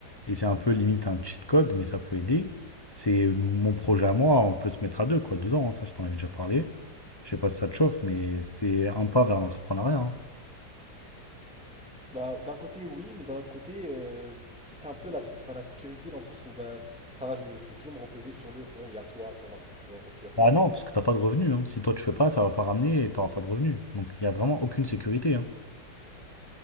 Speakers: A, on the left; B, in the centre.
A: et c'est un peu limite un cheat code, mais ça peut aider. C'est mon projet à moi, on peut se mettre à deux, quoi, dedans, hein, ça je t'en avais déjà parlé. Je sais pas si ça te chauffe, mais c'est un pas vers l'entrepreneuriat. hein.
B: Bah, d'un côté, oui, mais d'un autre côté, euh, c'est un peu la, sé- enfin, la sécurité dans le sens où bah, ça va, je, me- je vais toujours me reposer sur le bon, il y a toi, ça va, tu vois, au pire.
A: Bah non, parce que t'as pas de revenus. hein. Si toi tu fais pas, ça va pas ramener et t'auras pas de revenus. Donc il y a vraiment aucune sécurité. hein.